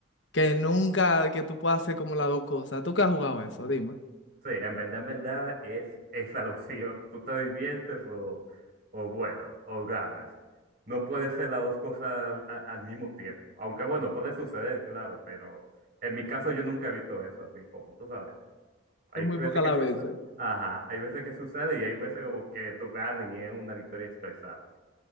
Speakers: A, on the left; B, on the right.
A: Que nunca que tú puedas hacer como las dos cosas. ¿Tú qué has jugado eso? Dime.
B: Sí, en verdad, en verdad es esa <laughs> la opción. Tú te diviertes o, o bueno, o ganas. No puede ser las dos cosas a- al mismo tiempo. Aunque bueno, puede suceder, claro, pero en mi caso yo nunca he visto eso así, como tú sabes. Hay
A: Son
B: veces
A: muy pocas
B: que
A: las
B: sucede,
A: veces.
B: ajá, hay veces que sucede y hay veces como que tú ganas y es una victoria estresante.